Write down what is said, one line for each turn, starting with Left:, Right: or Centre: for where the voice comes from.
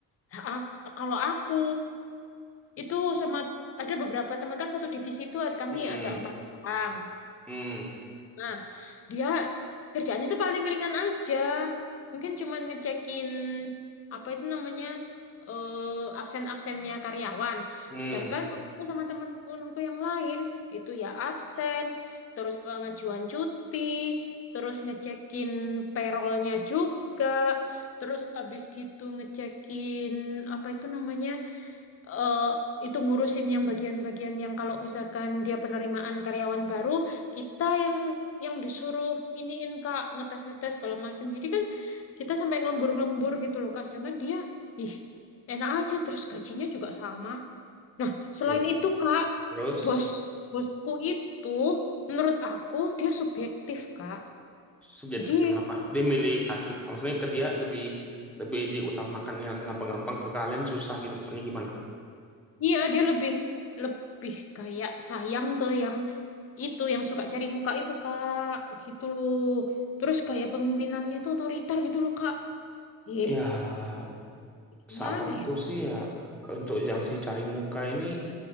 Left: Nah, ak- kalau aku Itu sama ada beberapa teman kan satu divisi itu ada- kami
Centre: Hmm,
Left: ada empat orang.
Centre: hmm,
Left: Nah, dia kerjanya itu paling ringan aja. Mungkin cuman ngecekin apa itu namanya eh, absen-absennya karyawan.
Centre: hmm.
Left: Sedangkan kalau aku sama teman-temanku yang lain itu ya absen, terus pengajuan cuti, terus ngecekin payrollnya juga, terus abis gitu ngecekin apa itu namanya? eh, itu ngurusin yang bagian-bagian yang kalau misalkan dia penerimaan karyawan baru, kita yang yang disuruh iniin Kak, ngetes-ngetes segala macam. Jadi kan kita sampai ngelembur-lembur gitu loh Kak, sedangkan dia ih, enak aja terus gajinya juga sama. Nah, selain
Centre: Iya.
Left: itu Kak,
Centre: Terus
Left: bos bosku itu menurut aku dia subjektif Kak.
Centre: subjektif
Left: Jadi
Centre: kenapa? Dia milih kasih, maksudnya ke dia lebih lebih diutamakan yang gampang-gampang ke kalian susah gitu. Maksudnya gimana?
Left: Iya, dia lebih lebih kayak sayang ke yang itu yang suka cari muka itu Kak, gitu loh. Terus kayak pemimpinannya itu otoriter gitu loh Kak. Ih,
Centre: Ya,
Left: gimana
Centre: saranku
Left: ya?
Centre: sih ya untuk yang si cari muka ini.